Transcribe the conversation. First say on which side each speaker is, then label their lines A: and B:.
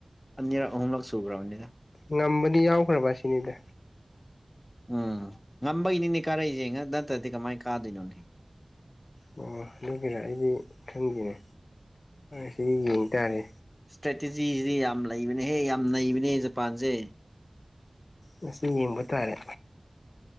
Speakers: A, on the left (about 15°); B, on the left (about 75°).
A: ꯑꯅꯤꯔꯛ ꯑꯍꯨꯝꯂꯛ ꯁꯨꯈ꯭ꯔꯕꯅꯤꯅ
B: ꯉꯝꯕꯗꯤ ꯌꯥꯎꯈ꯭ꯔꯕ ꯑꯁꯤꯅꯤꯗ
A: ꯎꯝ ꯉꯝꯕꯒꯤꯅꯤꯅꯦ ꯀꯥꯔꯛꯏꯁꯦ ꯉ ꯅꯠꯇ꯭ꯔꯗꯤ ꯀꯃꯥꯏꯅ ꯀꯥꯗꯣꯏꯅꯣꯅꯦꯍ
B: ꯑꯣ ꯑꯗꯨ ꯀꯖꯥ ꯑꯩꯗꯤ ꯈꯪꯗꯦꯅꯦ ꯁꯤꯗꯤ ꯌꯦꯡ ꯇꯥꯔꯦ
A: ꯏꯁꯇ꯭ꯔꯦꯇꯦꯖꯤꯁꯤꯗꯤ ꯌꯥꯝ ꯂꯩꯕꯅꯦꯍꯦ ꯌꯥꯝ ꯅꯩꯕꯅꯦ ꯖꯄꯥꯟꯁꯦ
B: ꯃꯁꯤ ꯌꯦꯡꯕ ꯇꯥꯔꯦ